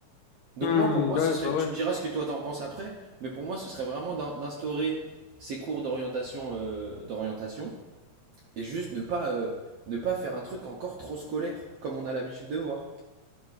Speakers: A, on the right; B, on the left.
A: Donc
B: Hmm,
A: moi, pour moi,
B: ouais,
A: ce serait,
B: bah ouais.
A: tu me diras ce que toi t'en penses après, mais pour moi, ce serait vraiment d'in- d'instaurer ces cours d'orientation, euh, d'orientation, et juste ne pas, euh, ne pas faire un truc encore trop scolaire, comme on a l'habitude de voir.